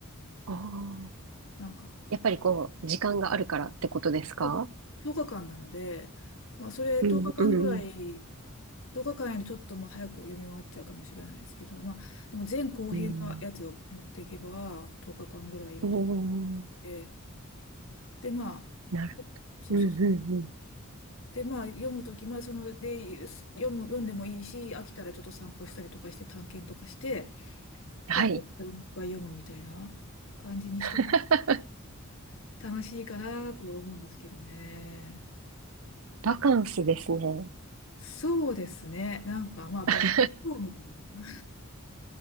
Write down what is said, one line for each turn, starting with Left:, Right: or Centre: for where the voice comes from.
Right: ああ。
Left: なんか、
Right: やっぱりこう、時間があるからってことですか
Left: 多分10日間なので、まあ、それ10日間ぐらい、
Right: うん、うん、
Left: 10日間よりちょっともう早く読み終わっちゃうかもしれないですけど、まあ、でも前後編のやつを持っていけば、
Right: うん。
Left: 10日間ぐらい持っ
Right: おー、
Left: て、で、まあ、
Right: なる。
Left: そうそうそう。
Right: うんうんうん。
Left: で、まあ、読むとき、まあ、その、で、読む、読んでもいいし、飽きたらちょっと散歩したりとかして、探検とかして、
Right: はい。
Left: で、もう一回読むみたいな感じにしたら
Right: <laughs>
Left: <laughs> 楽しいかなとは思うんですけどね。
Right: バカンスですね。
Left: そうですね。なんかまあ別荘みたいな。
Right: <laughs>